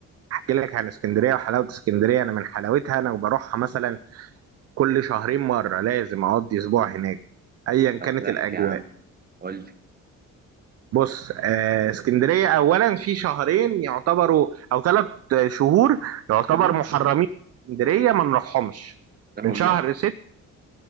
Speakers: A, on the right (about 55°); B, on the right (about 30°).
A: احكي لك عن اسكندريه وحلاوه اسكندريه انا من حلاوتها انا وبروحها مثلا كل شهرين مره لازم اقضي اسبوع هناك ايا كانت
B: طب احكي
A: الاجواء
B: يا عم قول لي
A: بص آه، اسكندريه اولا في شهرين يعتبروا او ثلاث شهور يعتبر
B: امم
A: محرمين اسكندريه ما نروحهمش
B: هما
A: من شهر ستة